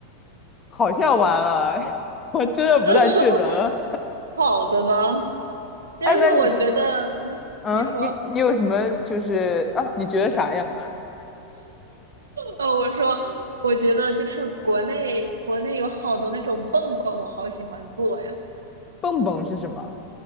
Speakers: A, on the left; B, on the right.
A: 好像完了，<laughs> 我真的不太记得了。
B: <laughs> 好的呢，就是我觉得，
A: 哎，那你
B: 嗯，
A: 嗯，
B: 你说，
A: 你你有什么就是啊？你觉得啥呀？
B: 呃，我说，我觉得就是国内国内有好多那种蹦蹦，我好喜欢做呀。
A: 蹦蹦是什么？